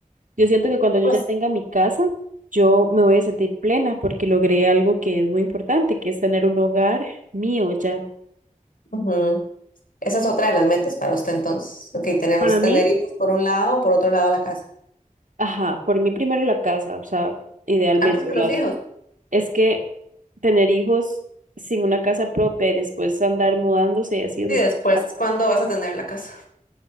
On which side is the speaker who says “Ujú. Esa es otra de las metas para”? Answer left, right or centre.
Left